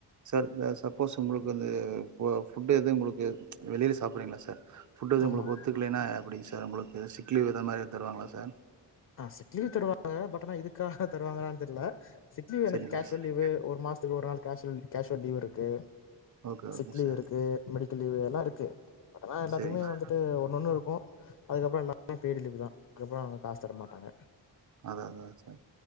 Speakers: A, on the right; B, on the left.
A: சார் இந்த சப்போஸ் உங்களுக் வந்து போ ஃபுட் ஃபுட்டு எது உங்களுக்கு ம்ச் வெளியில சாப்புறீங்களா சார் ஃபுட் எது
B: ஆமா
A: உங்களுக்கு ஒத்துக்கலைனா எப்டி சார் உங்களுக்கு சிக்லீவ் இது மாரி எது தருவாங்களா சார்
B: ஆ சிக் லீவ் தருவாங்க பட் ஆனா இதுக்காக தருவாங்களான் தெர்ல சிக் லீவு எனக்கு
A: சரிங்க
B: கேஷுவல்
A: சார்
B: லீவு ஒரு மாசத்துக்கு ஒரு நாள் கேஷுவல் கேஸ் ஸ்வல் லீவ் இருக்கு
A: okay
B: sick
A: okay
B: leave
A: sir
B: இருக்கு மெடி மெடிக்கள் லீவ் எல்லா இருக்கு பட் ஆனா
A: சரிங்க
B: எப்பயுமே
A: சார்
B: வந்துட்டு ஒன்ஒன்னு இருக்கு அதுக்கப்புறோ நா பேடி லிப்பு தா அதுப்புறோ அவங்க காசு தர மாட்டாங்க
A: அதான் அதான் சார்